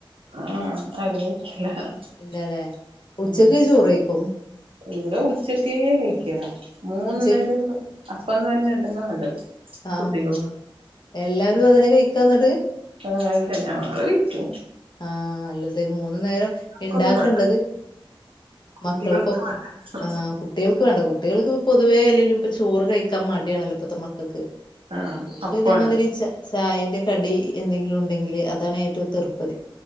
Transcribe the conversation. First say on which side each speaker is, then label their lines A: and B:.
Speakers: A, on the right; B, on the left.
A: ആഹ അറിയതില്ല ഹഹ
B: ഇല്ലല്ലേ ഉച്ചക്ക്
A: ഉ
B: ചോറ് കഴിക്കും
A: ഇവിടെ ഉച്ചക്കേ കഴിക്കല മൂന്ന
B: ഉച്ചക്ക്
A: നേരം അപ്പം തന്നെ ഉണ്ടാക്കാ നല്ലത്
B: ആ
A: കുട്ടികൾ
B: അമ്മ എല്ലാരും അതിനെ കയിക്കാന്നിട്ട്
A: അ ആല്ലല്ല ഞങ്ങള് വൈക്കും
B: ആഹ അല്ലാതെ മൂന്നു നേരം ഇണ്ടാക്കേണ്ടത്ഹേ
A: ക്കൊന്നും വേണ്ട കുട്ടികൾക്ക്
B: മക്കൾക്കൊക്കെ
A: വേണ്ട
B: ആകും കുട്ടികൾക്ക് വേണ്ട കുട്ടികൾക്ക്പ്പൊ പൊതുവേ എല്ലെലും ഇപ്പ ചോറ് കയിക്കാൻ മടിയണല്ലോപ്പത്തെ മക്കൾക്ക്
A: ആഹ്
B: ഇക്ക്ഇതേമാതിരിച്ച
A: അപ്പം തന്നെ
B: ചായന്റെ കടി എന്തെങ്കിലും ഉണ്ടെങ്കിൽ അതാണ് ഏറ്റവും തെറുപ്തീ